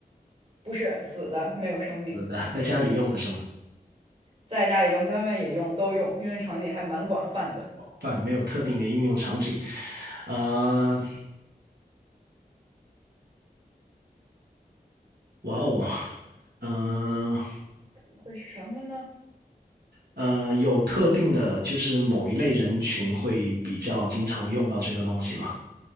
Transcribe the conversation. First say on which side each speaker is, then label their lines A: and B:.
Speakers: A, on the right; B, on the right.
A: 不是死的，没有生命。
B: 是的，在家里用的是吗？
A: 在家里用，在外面也用，都用，应用场景还蛮广泛的。
B: 饭没有特定的应用场景。呃，哇哦，嗯、
A: 会是什么呢？
B: 呃，有特定的，就是某一类人群会比较经常用到这个东西吗？